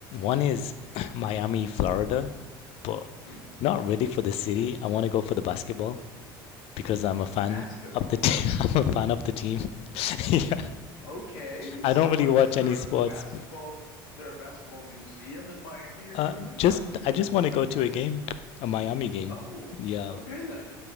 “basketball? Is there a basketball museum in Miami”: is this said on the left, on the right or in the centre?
Left